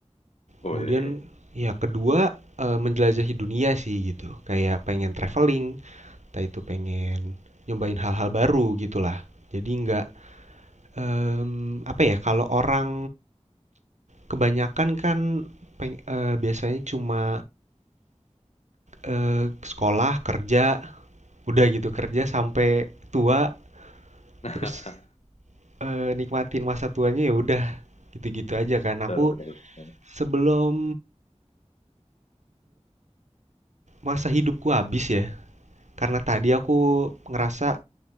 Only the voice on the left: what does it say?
boleh.
<laughs>
betul,
betul, betul.